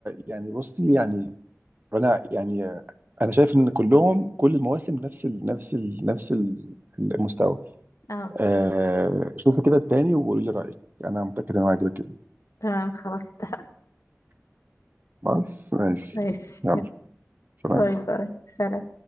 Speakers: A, on the right (about 40°); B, on the left (about 75°).
A: يعني بصي يعني فانا يعني آه، انا شايف ان كلهم كل المواسم نفس ال نفس ال نفس ال- المستوى
B: اه
A: آه شوفي كده التاني وقولي لي رايك انا متاكد انه هيعجبك كده
B: تمام خلاص اتفقنا
A: بس ماشي
B: ماشي
A: يلا سلام
B: باي باي سلام